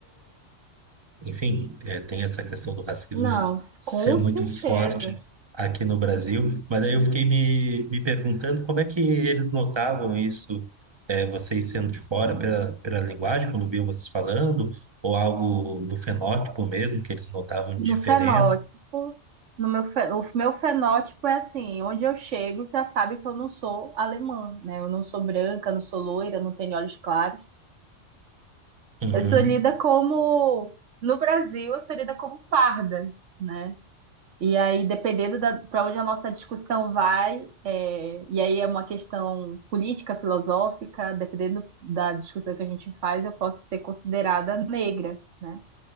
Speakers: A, on the right; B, on the right.
A: Enfim, é, tem essa questão do racismo
B: Não,
A: ser
B: com
A: muito
B: certeza.
A: forte aqui no Brasil, mas aí eu fiquei me, me perguntando como é que eles notavam isso, é, vocês sendo de fora, pela, pela linguagem, quando viam vocês falando, ou algo do fenótipo mesmo, que eles notavam de
B: No
A: diferença.
B: fenótipo, no meu, fe- o meu fenótipo é assim, onde eu chego já sabe que eu não sou alemã, né? Eu não sou branca, não sou loira, não tenho olhos claros.
A: Uhum,
B: Eu sou lida como, no Brasil, eu sou lida como parda, né? E aí, dependendo para onde a nossa discussão vai, é, e aí é uma questão política, filosófica, dependendo da discussão que a gente faz, eu posso ser considerada negra, né?